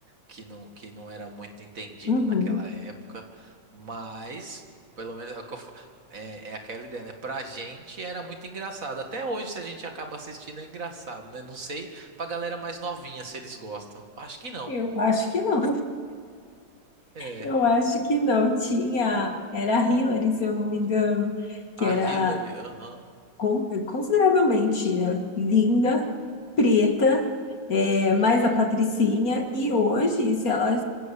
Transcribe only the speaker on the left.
Uhum.
Eu acho que não.
Eu acho que não tinha. Era a Hillary, se eu não me engano, que
era
con- consideravelmente, né, linda, preta, é,
mais a Patricinha. E hoje, se ela